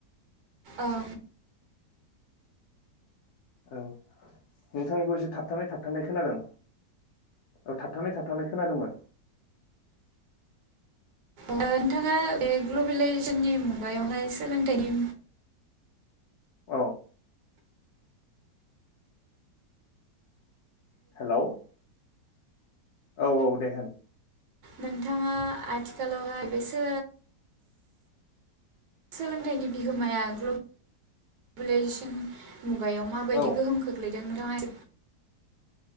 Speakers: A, on the right; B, on the left.
A: ओं
B: औ नोंथांनिखौ एसे थाबथानाय थाबथानाय खोनादों औ थाबथानाय थाबथानाय खोनादोंमोन
A: नोंथाङा बे ग्लबेलाइजेसननि मुगायावहाय सोलोंथाइनि
B: औ हेलौ औ औ दे होन
A: नोंथाङा आथिखालावहाय बेसो सोलोंथाइनि बिहोमाया ग्लबेलाइजेसन मुगायाव माबायदि
B: औ
A: गोहोम खोख्लैयो बि <unintelligible>